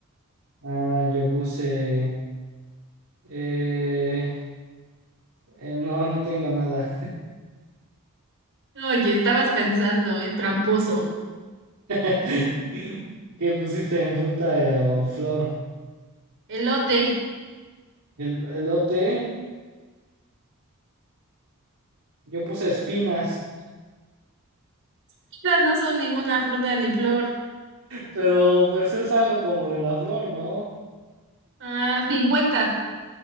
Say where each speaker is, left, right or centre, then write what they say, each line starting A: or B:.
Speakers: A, on the right; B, on the right.
A: Ah, yo puse... eh, eh, no, no tengo nada.
B: Oye, estabas pensando, ¿eh? Tramposo.
A: <laughs> ¿Qué pusiste en fruta eh, o flor?
B: Elote.
A: El elote, Yo puse espinas,
B: Estas no son ninguna fruta ni flor.
A: pero pues es algo como de la flor, ¿no?
B: Ah, 50.